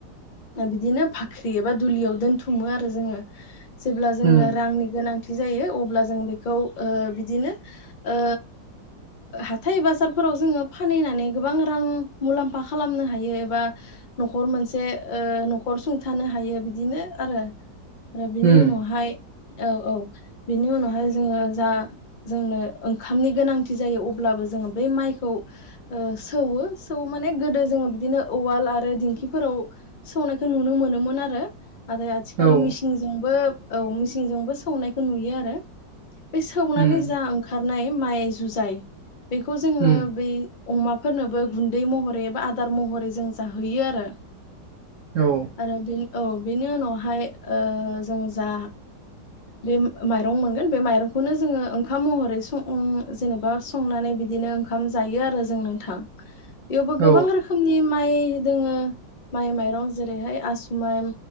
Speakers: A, on the left (about 55°); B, on the right (about 85°).
A: बिदिनो भाख्रि एबा दुलियाव दोनथुमो आरो जोङो। जेब्ला जोंनो
B: उम
A: रांनि गोनां थि जायो अब्ला जों बेखौ ओ बिदिनो ओ हाथाय बाजारफोराव जोङो फानहैनानै गोबां रां मुलाम्फा खालामनो हायो एबा न'खर मोनसे ओ न'खर सुंथानो हायो बिदिनो आरो। आरो बिनि
B: उम
A: उनावहाय औ औ बेनि उनावहाय जोङो जा जोंनो ओंखामनि गोनांथि जायो अब्लाबो जोङो बे माइखौ ओ सौवो सौ माने गोदो जों बिदिनो उवाल आरो दिंखिफोराव सौनायखौ नुनो मोनोमोन आरो। नाथाय आथिखालाव
B: औ
A: मिसिंजोंबो औ मिसिंजोंबो सौनायखौ नुयो आरो। बै सौनानै
B: उम
A: जा ओंखारनाय माइ जुजाय बेखौ जोङो
B: उम
A: बै अमाफोरनोबो गुन्दै महरै एबा आदार महरै जों जाहैयो आरो।
B: औ
A: आरो बे औ बेनि उनावहाय ओ जों जा बे माइरं मोनगोन बे माइरंखौनो जोङो ओंखाम महरै स जेनेबा संनानै बिदिनो ओंखाम जायो आरो जों नोंथां बेवबो
B: औ
A: गोबां रोखोमनि माइ दोङो माइ माइरं जेरैहाय आसु माइ